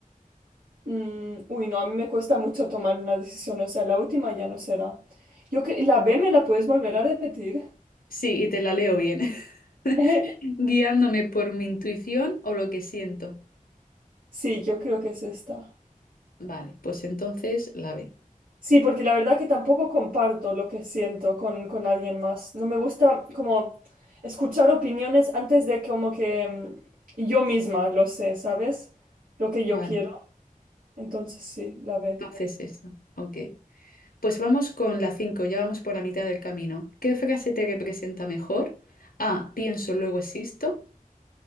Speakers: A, on the right; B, on the left.
A: Mm, uy, no, a mí me cuesta mucho tomar una decisión, o sea, la última ya no será. Yo cre- la B me la puedes volver a repetir.
B: Sí, y te la leo bien.
A: <laughs>
B: guiándome por mi intuición o lo que siento.
A: Sí, yo creo que es esta.
B: Vale, pues entonces la B.
A: Sí, porque la verdad que tampoco comparto lo que siento con, con alguien más. No me gusta como escuchar opiniones antes de como que mm, yo misma lo sé, ¿sabes? Lo que
B: Vale,
A: yo quiero. Entonces sí, la B.
B: entonces eso. Ok. Pues vamos con la 5. ya vamos por la mitad del camino. ¿Qué frase te representa mejor? A, pienso, luego existo.